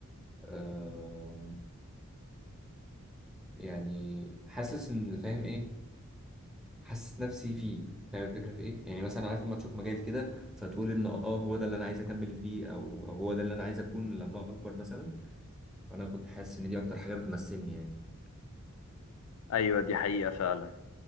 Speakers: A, in the centre; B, on the left (about 75°).
A: آه، يعني حاسس ان فاهم ايه حاسس نفسي فيه فاهم الفكره في ايه يعني مثلا عارف لما تشوف مجال كده فتقول ان اه هو ده اللي انا عايز اكمل فيه او او هو ده اللي انا عايز اكون لما اكبر مثلا فانا كنت حاسس ان دي اكتر حاجه بتمثلني يعني
B: ايوه دي حقيقه فعلا